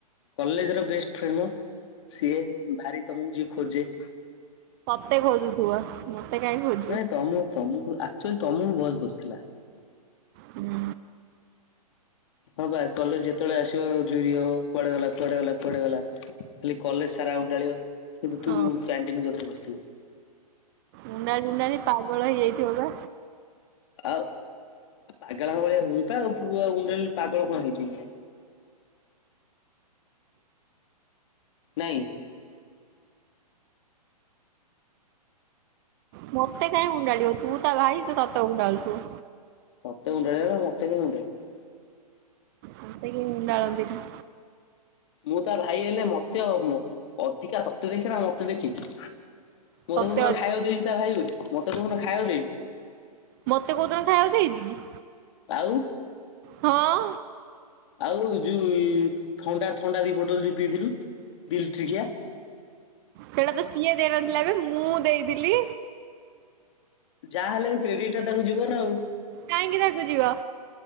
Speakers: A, on the left; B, on the right.
A: କଲେଜ ର ବେଷ୍ଟ ଫ୍ରେଣ୍ଡ? ସିଏ ଭାରି ତମକୁ ଯିଏ ଖୋଜେ?
B: ତତେ ଖୋଜୁଥିବ? ମତେ କାଇ ଖୋଜୁ
A: ନାଇଁ ତମ ତମକୁ ଆକ୍ଚୁଆଲି ତମକୁ ବୋହେ ଖୋଜୁଥିଲା।
B: ହୁଁ
A: ହଁ ବା କଲେଜ ଯେତେବେଳେ ଆସିବ ଝୁରି ହବ କୁଆଡେ ଗଲା କୁଆଡେ ଗଲା କୁଆଡେ ଗଲା? ଖାଲି କଲେଜ ସାରା ଅଣ୍ଡାଳିବକିନ୍ତୁ
B: ହଁ
A: ତୁ ବି କ୍ୟାଣ୍ଟିନ ପାଖରେ ବସିଥିବ।
B: ମୁଣ୍ଡାଲି ଉଣ୍ଡାଳି ପାଗଳ ହେଇଯାଇଥିବ ତ?
A: ଆଉ ପାଗଳ ଭଳିଆ ହୁଏ ତ ଆଉ ଉଣ୍ଡାଳି ପାଗଳ କଣ ହେଇ ଯିବ? ନାହିଁ।
B: ମତେ କାହିଁ ଉଁଣ୍ଡାଳିିବ ତୁ ତା ଭାଇ ତ ତତେ ଉଁଣ୍ଡାଳୁଛୁ।
A: ତତେ ଉଁଣ୍ଡେଇବା ନା ମତେ କହିଁ ଉଣ୍ଡାଳିବ।
B: ମତେ କହି ଉଣ୍ଡଳନ୍ତିନି।
A: ମୁଁ ତା ଭାଇ ହେଲେ ମତେ ଅଧିକା ତତେ ଦେଖିବ ନା ମତେ ଦେଖିକି ମତେ
B: ସତେ
A: କୋଉଦିନ
B: ଅ
A: ଖାଇବାକୁ ଦେଇଛି ତା ଭାଇ ବୋଲି ମତେ କୋଦିନ ଖାଇବାକୁ ଦେଇଛି।
B: ମତେ କୋଉଦିନ ଖାଇବାକୁ ହେଇଛି।
A: ଆଉ।
B: ହଁ।
A: ଆଉ ଯୋଉ ଥଣ୍ଡା ଥଣ୍ଡା ଦି ବୋଟଲ ଯଉ ପିଇଥିଲୁ ଡି ଲିଟ୍ରିକିଆ।
B: ସେଇଟା ତ ସିଏ ଦେଇନଥିଲା ବେ ମୁଁ ଦେଇଥିଲି।
A: ଯାହା ହେଲେ ବି କ୍ରେଡିଟ ଟା ତାକୁ ଯିବନ ଆଉ।
B: କାହିଁକି ତାକୁ ଯିବା।